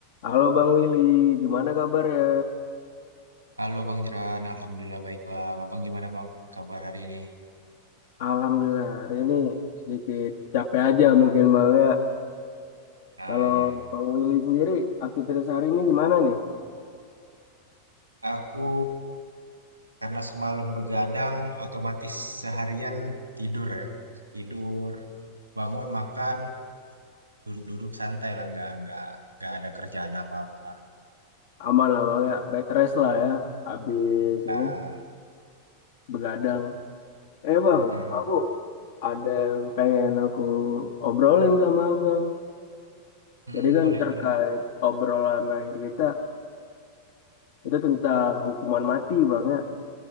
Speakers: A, on the left; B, on the right.
A: Halo Bang Willy, gimana kabar ya?
B: Halo Bang Jeran, Alhamdulillah baik Bang. Abang gimana Bang? Kabar hari ini?
A: Alhamdulillah, hari ini sedikit capek aja mungkin Bang ya.
B: Ah
A: Kalau
B: ya,
A: Bang Willy sendiri, aktivitas hari ini gimana nih?
B: aku karena semalam begadang, otomatis seharian tidur ya. Tidur, bangun, makan, duduk-duduk santai lah, nggak nggak nggak ada kerjaan apa-apa.
A: Aman lah Bang ya, bed rest lah ya, habis
B: Ah,
A: ini begadang. Eh Bang,
B: mm-mm.
A: aku ada yang pengen aku obrolin sama Abang.
B: Mm-mm,
A: Jadi kan
B: boleh
A: terkait
B: boleh.
A: obrolan akhir kita, itu tentang hukuman mati Bang ya.